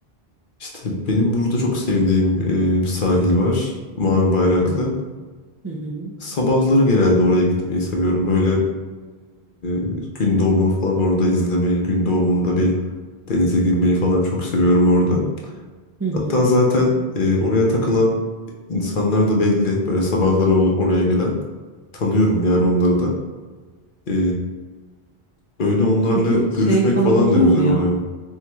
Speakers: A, on the left; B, on the right.
A: İşte benim burada çok sevdiğim e, bir sahil var. Mavi Bayraklı.
B: Hı hı. Hı hı.
A: Sabahları genelde oraya gitmeyi seviyorum. Böyle e, gün doğumunu falan orada izlemeyi, gün doğumunda bir denize girmeyi falan çok seviyorum orada.
B: Hı hı.
A: Hatta zaten e, oraya takılan insanlar da belli. Böyle sabahları ol- oraya gelen. Tanıyorum yani onları da. E, öyle onlarla
B: Peki
A: görüşmek
B: şey falan
A: falan
B: oluyor
A: da güzel
B: mu ya?
A: oluyor.